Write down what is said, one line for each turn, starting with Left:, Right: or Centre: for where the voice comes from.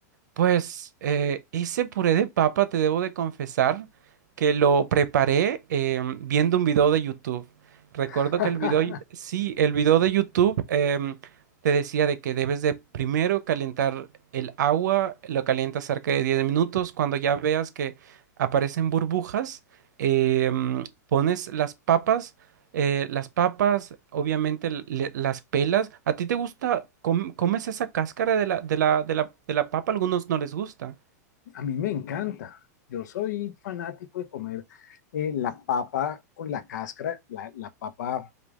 Right: Pues eh, ese puré de papa, te debo de confesar que lo preparé em, viendo un video de YouTube. Recuerdo
Left: <laughs>
Right: que el video, sí, el video de YouTube em, te decía de que debes de primero calentar el agua, lo calientas cerca de 10 minutos. Cuando ya veas que aparecen burbujas, em, pones las papas eh, las papas, obviamente le- las pelas. ¿A ti te gusta, com- comes esa cáscara de la, de la, de la, de la papa? Algunos no les gusta.
Left: A mí me encanta. Yo soy fanático de comer eh, la papa con la cáscara, la, la papa